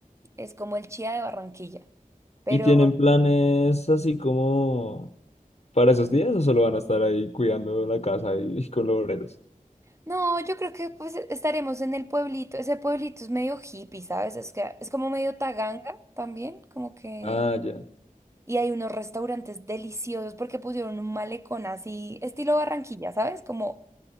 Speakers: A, on the right; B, on the left.
A: Es como el chía de Barranquilla. Pero
B: ¿Y tienen planes así como... para esos días o solo van a estar ahí cuidando la casa y, y con los obreros?
A: no, yo creo que pues estaremos en el pueblito. Ese pueblito es medio hippie, ¿sabes? Es que es como medio taganga también, como que.
B: Ah, ya.
A: Y hay unos restaurantes deliciosos porque pusieron un malecón así, estilo Barranquilla, ¿sabes? Como